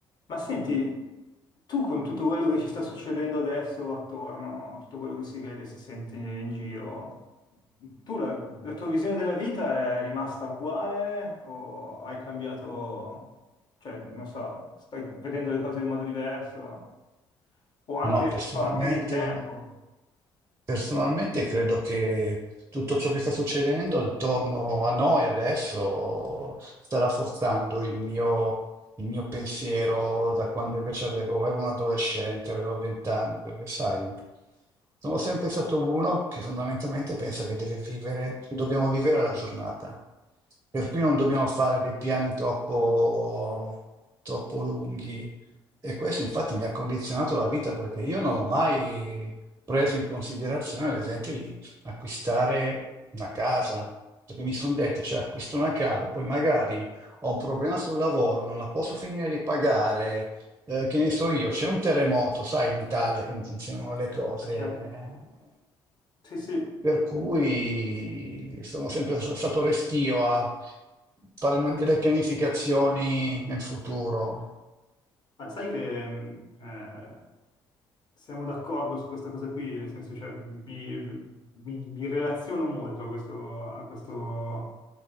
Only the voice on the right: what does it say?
No, personalmente
Personalmente credo che tutto ciò che sta succedendo attorno a noi adesso sta rafforzando il mio, il mio pensiero da quando invece avevo, ero un adolescente, avevo vent'anni, perché sai, sono sempre stato uno che fondamentalmente pensa che deve vivere, che dobbiamo vivere la giornata. Per cui non dobbiamo fare dei piani troppo, troppo lunghi. E questo infatti mi ha condizionato la vita perché io non ho mai preso in considerazione, ad esempio, di acquistare una casa, perché mi sono detto, cioè, acquisto una casa, poi magari ho un problema sul lavoro, non la posso finire di pagare, eh, che ne so io, c'è un terremoto, sai in Italia come funzionano le cose.
eh.
Per cui sono sempre s- stato restio a fare mo- delle pianificazioni nel futuro.